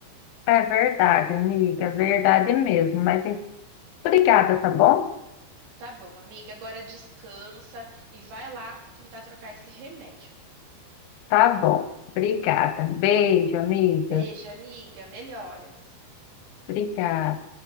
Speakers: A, on the left; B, on the right.
A: É verdade, amiga, verdade mesmo. Mas en- obrigada, tá bom?
B: Tá bom, amiga, agora descansa e vai lá tentar trocar esse remédio.
A: Tá bom. Obrigada. Beijo, amiga.
B: Beijo, amiga, melhoras.
A: Obrigada.